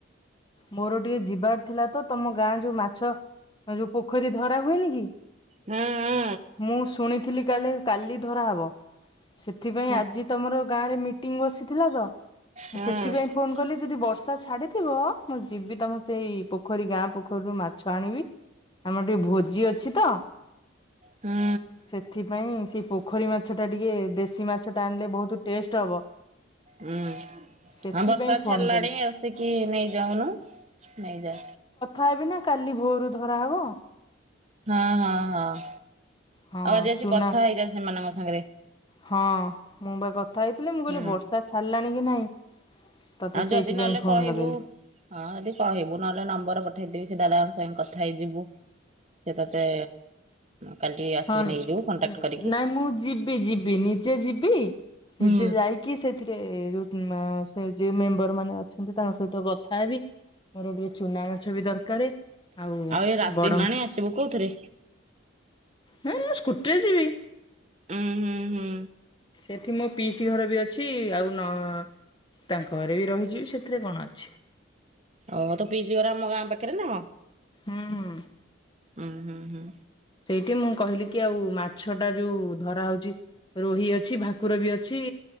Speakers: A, on the left; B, on the right.
A: ମୋର ଟିକେ ଯିବାର ଥିଲା ତ ତମ ଗାଁ ଯୋଉ ମାଛ ଯୋଉ ପୋଖରୀ ଧରା ହୁଏନି କି
B: ହୁଁ ହୁଁ
A: ମୁଁ ଶୁଣିଥିଲି କାଳେ କାଲି ଧରା ହବ। ସେଥିପାଇଁ
B: ହୁଁ
A: ଆଜି ତମର ଗାଁ ରେ ମିଟିଂ ବସିଥିଲା ତ
B: ହୁଁ।
A: ସେଥିପାଇଁ ଫୋନ୍ କଲି ଯଦି ବର୍ଷା ଛାଡ଼ିଥିବ, ମୁଁ ଯିବି ତମ ସେଇ ପୋଖରୀ ଗାଁ ପୋଖରୀରୁ ମାଛ ଆଣିବି। ଆମର ଟିକେ ଭୋଜି ଅଛି ତ,
B: ହୁଁ
A: ସେଥିପାଇଁ ସେଇ ପୋଖରୀ ମା ଛ ଟା ଟିକେ ଦେଶୀ ମାଛ ଟା ଆଣିଲେ ବୋହୁତ୍ ଟେଷ୍ଟ ହବ।
B: ହୁଁ
A: ସେଥିପାଇଁ
B: ଆଁ ବର୍ଷ ତା
A: ଫୋନ
B: ଛାଡିଲାଣି
A: କଲି।
B: ଆସିକି ନେଇ ଯାଉନୁ ନେଇଯାଆ।
A: ଆ ବିନା କାଲି ଭୋରୁ ଧରାହବ।
B: ହଁ ହଁ ହଁ,
A: ହଁ
B: ଆଉ ଯ
A: ଚୁନା
B: ସେ କଥା ହେଇଯା ସେମାନଙ୍କ ସାଙ୍ଗେ।
A: ହଁ, ମୁଁ ବା କଥା ହେଇଥିଲି, ମୁଁ କହିଲି
B: ହୁଁ।
A: ବର୍ଷା ଛାଡିଲାଣି କି ନାଇଁ। ତତେ
B: ଆ
A: ସେଇଥିପାଇଁ
B: ଯଦି ନହେଲେ
A: ଫୋନ
B: କହିବୁ,
A: ଲଗେଇଲି।
B: ହଁ ଯଦି କହିବୁ ନହେଲେ ନମ୍ବର ପ ଠେଇଦେବି ସେ ଦାଦାଙ୍କ ସାଙ୍ଗେ କଥା ହେଇଯିବୁ ସେ ତତେ କାଲି ଆସିକି
A: ହନ୍
B: ନେଇଯିବୁ କଣ୍ଟାକ୍ଟ କରିକି।
A: ନାଇଁ ମୁଁ ଯିବି ଯିବି ନିଜେ ଯିବି
B: ହୁଁ
A: ନିଜେ ଯାଇକି ସେଥିରେ <unintelligible> ମାଁ ସେ ଯି ମେମ୍ବର ମାନେ ଅଛନ୍ତି, ତାଙ୍କ ସହିତ କଥା ହେବି, ମୋର ଗୋଟିଏ ଚୁନା ମାଛ ବି ଦର୍ କାରେ ଆଉ
B: ଏ ରାତି
A: ବଡ
B: ହେଲାଣି ଆସିବୁ କୋଉଥିରେ?
A: ହେଁ ମୁଁ ସ୍କୁଟିରେ ଯିବି।
B: ଉଁ ହୁଁ ହୁଁ।
A: ଏଠି ମୋ ପିଇସି ଘର ବି ଅଛି, ଆଉ ନ ତାଙ୍କ ଘରେ ବି ରହିଯିବି, ସେଥିରେ କଣ ଅଛି?
B: ଅ ତ ପିଇସି ଘର ଆମ ଗାଁ ପାଖରେ ନା କଣ?
A: ହୁଁ ହୁଁ।
B: ଉଁ ହୁଁ ହୁଁ।
A: କି ମୁଁ କହିଲି କି ଆଉ ମାଛ ଟା ଯୋଉ ଧରା ହୋଉଛି ରୋହି ଅଛି ଭାକୁର ବି ଅଛି।